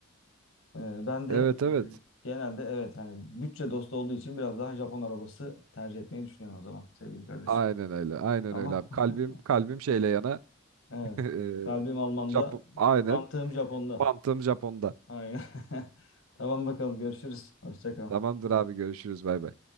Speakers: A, on the left; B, on the right.
A: Ee, ben de
B: Evet evet.
A: e, genelde evet hani bütçe dostu olduğu için biraz daha Japon arabası tercih etmeyi düşünüyorum o zaman sevgili kardeşim.
B: Aynen öyle. Aynen
A: Tamam.
B: öyle abi. Kalbim
A: <laughs>
B: kalbim şeyle yana.
A: Evet.
B: <laughs> Eee,
A: Kalbim Alman'da,
B: Japon. Aynen.
A: mantığım Japon'da.
B: Mantığım Japon'da.
A: Aynen. <laughs> Tamam bakalım görüşürüz. Hoşça kal.
B: Tamamdır abi görüşürüz bay bay.